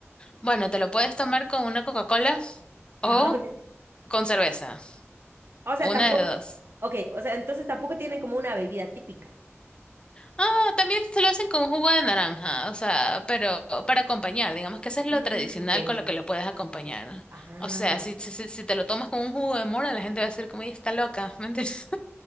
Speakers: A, on the left; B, on the right.
A: Bueno, te lo puedes tomar con una Coca-Cola o
B: <laughs>
A: con cerveza.
B: Ok. O sea,
A: Una
B: tampoco,
A: de dos.
B: ok, o sea, entonces tampoco tienen como una bebida típica.
A: Ah, también se lo hacen con jugo de naranja, o sea, pero para acompañar, digamos que eso es lo
B: Mm,
A: tradicional
B: ya, ya.
A: con lo que lo puedes acompañar.
B: Ah,
A: O sea, si, si, si si te lo tomas con un jugo de mora, la gente va a decir como, ella está loca, <laughs> ¿me entiendes?